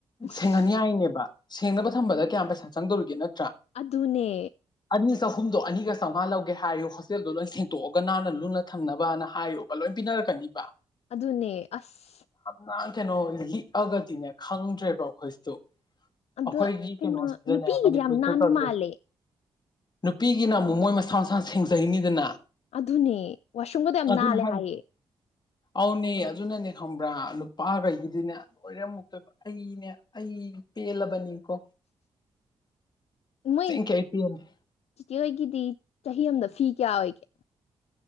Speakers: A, on the left; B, on the left.
A: ꯎꯁ
B: ꯁꯦꯡꯍꯟ ꯌꯥꯏꯅꯦꯕ ꯁꯦꯡꯅꯕ ꯊꯝꯕꯗ ꯀꯌꯥꯝ ꯄꯩꯁꯥ ꯆꯪꯗꯧꯔꯤꯒꯦ ꯅꯠꯇ꯭ꯔꯥ
A: ꯑꯗꯨꯅꯦ
B: ꯑꯅꯤ ꯆꯍꯨꯝꯗꯣ ꯑꯅꯤ ꯆꯥꯝꯉꯥ ꯂꯧꯒꯦ ꯍꯥꯏꯔꯣ ꯍꯣꯁꯇꯦꯜꯗꯣ ꯂꯣꯏ ꯁꯦꯡꯇꯣꯛꯑꯒꯅꯥ ꯅ ꯂꯨꯅ ꯊꯝꯅꯕꯅ ꯍꯥꯏꯔꯨꯕ ꯂꯣꯏꯅ ꯄꯤꯅꯔꯛꯀꯅꯤꯕ
A: ꯑꯗꯨꯅꯦ ꯑꯁ
B: ꯅ ꯀꯩꯅꯣ ꯂꯤꯛꯑꯒꯗꯤꯅꯦ ꯈꯪꯗ꯭ꯔꯦꯕꯣ ꯑꯩꯈꯣꯏꯁꯤꯇꯣ
A: ꯑꯗ
B: ꯑꯩꯈꯣꯏꯒꯤ
A: ꯀꯩꯅꯣ
B: ꯀꯩꯅꯣꯁꯤꯗꯅꯦ
A: ꯅꯨꯄꯤꯒꯤꯗꯤ
B: ꯃꯅꯤꯄ
A: ꯌꯥꯝ ꯅꯥꯟꯕ
B: ꯇꯗ
A: ꯃꯥꯜꯂꯦ
B: ꯅꯨꯄꯤꯒꯤꯅ ꯑꯃꯨꯛ ꯃꯣꯏ ꯃꯁꯥ ꯃꯁꯥ ꯁꯦꯡꯖꯩꯅꯤꯗꯅ
A: ꯑꯗꯨꯅꯦ ꯋꯥꯁꯔꯨꯝꯒꯗ ꯌꯥꯝ
B: ꯑꯗꯨꯅꯦ
A: ꯅꯥꯜꯂꯦ
B: ꯍꯥꯏ
A: ꯍꯥꯏꯌꯦ
B: ꯑꯧꯅꯦ ꯑꯗꯨꯅꯅꯦ ꯈꯪꯕ꯭ꯔꯥ ꯅꯨꯄꯥꯈꯩꯒꯤꯗꯤꯅꯦ ꯂꯣꯏꯔꯝꯃꯨꯛꯇꯣꯏꯕ ꯑꯩꯅꯦ ꯑꯩ ꯄꯦꯜꯂꯕꯅꯤꯀꯣ
A: ꯃꯣꯏ
B: ꯑꯁꯦꯡꯀꯤ ꯑꯩ ꯄꯦꯟꯂꯦ
A: ꯆꯤꯆꯤꯍꯣꯏꯒꯤꯗꯤ ꯆꯍꯤ ꯑꯃꯗ ꯐꯤ ꯀꯌꯥ ꯑꯣꯏꯒꯦ